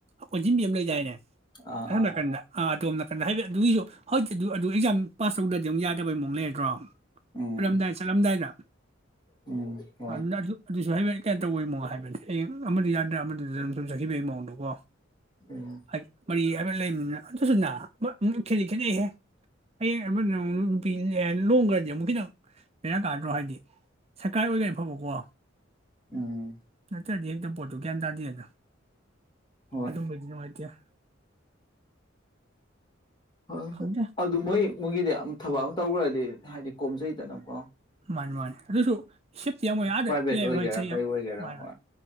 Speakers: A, on the right (about 30°); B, on the left (about 20°).
A: ꯀꯣꯟꯁꯤꯟꯕꯤ ꯑꯃ ꯂꯩꯗꯥꯏꯅꯦ
B: ꯑꯥ
A: ꯑꯁꯣꯟ
B: ꯑꯥ
A: ꯅꯥꯀꯟꯗ ꯑ ꯑꯗꯣꯝ ꯣ ꯍꯥꯏ ꯑꯗꯨꯒꯤꯁꯨ ꯍꯧꯖꯤꯛꯇꯤ ꯑꯗꯨ ꯑꯗꯨ ꯑꯦꯛꯖꯥꯝ ꯄꯥꯁ ꯇꯧꯗ꯭ꯔꯗꯤ ꯑꯃꯨꯛ ꯌꯥꯗꯕꯩ ꯃꯑꯣꯛ ꯂꯩꯔꯗ꯭ꯔꯣ
B: ꯎꯝ
A: ꯈꯨꯂꯝꯗꯥꯏ ꯆꯠꯂꯝꯗꯥꯏꯗ
B: ꯎꯝ ꯍꯣꯏ
A: ꯑ ꯑꯗꯨꯁꯨ ꯍꯥꯏꯒꯦꯠ ꯀꯩꯅ ꯇꯧꯕꯒꯤ ꯃꯑꯣꯡ ꯍꯥꯏꯕꯅꯦ ꯑꯩ ꯑꯃꯗ ꯌꯥꯗ꯭ꯔꯥ ꯑꯃꯗꯨꯗ ꯑꯗꯨ ꯁꯨꯝ ꯆꯠꯈꯤꯕꯒꯤ ꯃꯑꯣꯡꯗꯀꯣ
B: ꯎꯝ
A: ꯍꯥꯏꯦ ꯃꯔꯤ <unintelligible> ꯂꯩꯕꯅꯤꯅ ꯑꯗꯨꯁꯨꯅ ꯑꯃꯨꯛ ꯈꯦꯠꯇꯤ ꯈꯦꯠꯅꯩꯍꯦ ꯍꯌꯦꯡ ꯑꯃꯗꯨꯅ ꯑꯃꯨꯛ ꯅꯨꯄꯤ ꯂꯣꯡꯈ꯭ꯔꯗꯤ ꯑꯃꯨꯛ ꯈꯤꯇꯪ ꯕꯦꯔꯥ ꯀꯥꯗ꯭ꯔꫭ ꯍꯥꯏꯗꯤ ꯁꫪꯀꯥ <unintelligible> ꯐꯝꯃꯨꯀꫭ꯫
B: ꯎꯝ꯫
A: <unintelligible> ꯄꯣꯠꯇꯨꯒ꯭ꯌꯥꯟ ꯇꯥꯗꯦꯗ꯫
B: ꯍꯣꯏ
A: ꯑꯗꯨꯝꯕꯩꯗꯤ ꯅꯨꯡꯉꯥꯏꯇꯦ꯫ <inaudible>
B: ꯍꯣꯏ
A: ꯈꯪꯗꯦ
B: ꯑꯗꯨ ꯃꯣꯏ ꯃꯣꯏꯒꯤꯗꯤ ꯊꯕꯛ ꯑꯃ ꯇꯧꯈꯔ ꯍꯥꯏꯗꯤ ꯍꯥꯏꯗꯤ ꯀꯣꯝꯖꯩꯗꯅꯀꯣ꯫
A: ꯃꯟꯅꯤ ꯃꯟꯅꯤ ꯑꯗꯨꯁꯨ ꯁꯤꯞꯇꯤ ꯌꯥꯝ ꯑꯣꯏ ꯑꯥꯗ
B: ꯄ꯭ꯔꯥꯏꯚꯦꯠ
A: ꯂꯩꯕ
B: ꯑꯣꯏꯒꯦꯔꯥ
A: ꯍꯣꯏ ꯆꯍꯤ
B: ꯀꯩ
A: ꯑꯃ
B: ꯑꯣꯏꯒꯦꯔꯥ ꯍꯣꯏ